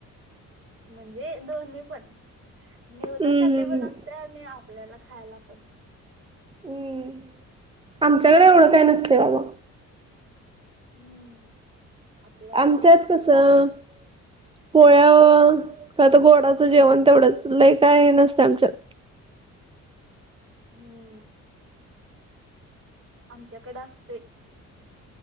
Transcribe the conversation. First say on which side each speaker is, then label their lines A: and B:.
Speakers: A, on the right; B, on the right.
A: म्हणजे दोन्ही पण निवदासाठी
B: हम्म
A: पण
B: हम्म
A: असते आणि आपल्याला खायला पण.
B: हम्म, आमच्याकड एवढं काय नसतंय बाबा.
A: हम्म. आपल्याकडे
B: आमच्यात
A: असते
B: कसं पोळ्या का त गोडाचं जेवण तेवढंच लय काय हे नसतंय आमच्यात.
A: हम्म, आमच्याकड असतंय.